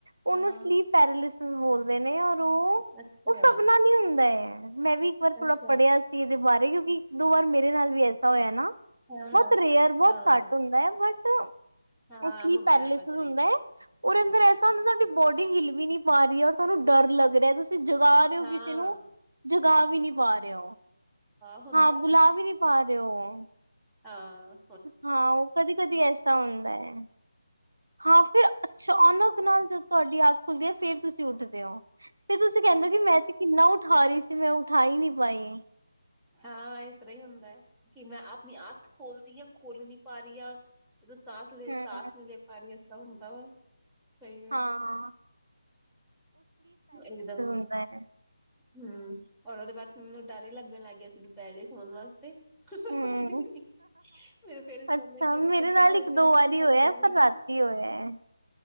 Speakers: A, on the right (about 80°); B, in the centre.
A: ਉਹਨੂੰ
B: ਹਾਂ,
A: ਸਲੀਪ ਪੈਰਿਲਿਸੀਸ ਬੋਲਦੇ ਨੇ ਔਰ ਉਹ,
B: ਅੱਛਾ,
A: ਉਹ ਸਬ ਨਾਲ ਹੀ ਹੁੰਦਾ ਏ। ਮੈਂ ਵੀ ਇੱਕ ਵਾਰ ਥੋੜਾ
B: ਅੱਛਾ।
A: ਪੜ੍ਹਿਆ ਸੀ ਇਹਦੇ ਬਾਰੇ, ਕਿਉਂਕਿ ਇੱਕ-ਦੋ ਬਰ ਮੇਰੇ ਨਾਲ ਵੀ ਐਸਾ ਹੋਇਆ ਨਾ।
B: ਹਾਂ, ਹਾਂ,
A: ਬਹੁਤ ਰਿਅਰ, ਬਹੁਤ
B: ਹਾਂ,
A: ਘੱਟ ਹੁੰਦਾ ਏ, ਬਟ ਓਹ
B: ਹਾਂ
A: ਸਲੀਪ
B: ਹੁੰਦਾ
A: ਪੈਰਾਲਿਸੀਸ
B: ਹੈ ਪਰ ਕਦੀ
A: ਹੁੰਦਾ ਏ। ਔਰ, ਅੰਦਰ ਐਸਾ ਹੁੰਦਾ, ਤੁਹਾਡੀ ਬੋਡੀ ਹਿੱਲ ਵੀ ਨਹੀਂ ਪਾ ਰਹੀ, ਔਰ ਤੁਹਾਨੂੰ ਡਰ ਲੱਗ ਰਿਹਾ ਤੁਸੀਂ ਜਗਾ ਰਹੇ ਹੋ,
B: ਹਾਂ,
A: ਕਿਸੇ ਨੂੰ। ਜਗਾ ਵੀ ਨਹੀਂ ਪਾ ਰਹੇ ਹੋ,
B: ਹੁੰਦਾ
A: ਹਾਂ, ਬੁਲਾ ਵੀ ਨਹੀਂ ਪਾ ਰਹੇ ਹੋ।
B: ਹਾਂ।
A: ਹਾਂ, ਉਹ ਕਦੀ-ਕਦੀ ਐਸਾ ਹੁੰਦਾ ਏ। ਹਾਂ, ਫਿਰ ਅਚਾਨਕ ਨਾਲ ਜ ਤੁਹਾਡੀ ਅੱਖ ਖੁੱਲਦੀ ਏ, ਫੇਰ ਤੁਸੀਂ ਉੱਠਦੇ ਓਂ। ਫਸਰ ਤੁਸੀਂ ਕਹਿੰਦੇ ਹੋ ਕਿ ਮੈਂ ਤੇ ਕਿੰਨਾ ਉਠਾ ਰਹੀ ਤੇ, ਮੈਂ ਉਠਾਈ ਨੀ ਪਾਈ।
B: ਹਾਂ, ਇਸ ਤਰ੍ਹਾਂ ਹੀ ਹੁੰਦਾ ਏ, ਕੀ ਮੈਂ ਆਪਣੀ ਅੱਖ ਖੋਲਦੀ ਆਂ, ਖੁੱਲ ਨੀ ਪਾ ਰਹੀ ਆ ਸਾਂਸ ਲੇ,
A: ਹੂੰ।
B: ਸਾਂਸ ਨਹੀਂ ਲੇ ਪਾ ਰਹੀ, ਇਸ ਤਰਾ ਹੁੰਦਾ ਵਾ ਕਈ ਵਾਰ,
A: ਹਾਂ
B: ਇਕਦਮ।
A: ''ਮੈਂ'
B: ਹੂੰ, ਔਰ ਉਹਦੇ ਬਾਅਦ ਮੈਂਨੂੰ ਡਰ ਹੀ ਲੱਗਣ ਲੱਗ ਗਿਆ ਸੀ, ਦੁਪਹਿਰੇ ਸੋਣ ਵਾਸਤੇ। ਹੇਹੇਂਹੇਂ
A: ਹੂੰ।
B: 'ਮੇਰਾ ਫਿਰ ਇਸ ਤਰ੍ਹਾਂ
A: ਅੱਛਾ
B: ਹੋਂਦੈ, ਕਿ
A: ਮੇਰੇ
B: ਅਗਰ ਫਿਰ
A: ਨਾਲ
B: ਸੇ ਨਾ ਹੋ
A: ਇੱਕ
B: ਜਾਏ,
A: ਦੋ ਵਾਰੀ
B: ''ਮੈਂ
A: ਹੋਇਆ
B: ਕਰੂੰਗੀ
A: ਪਰ
B: ਕੀ।
A: ਰਾਤੀ ਹੋਇਆ ਹੈ।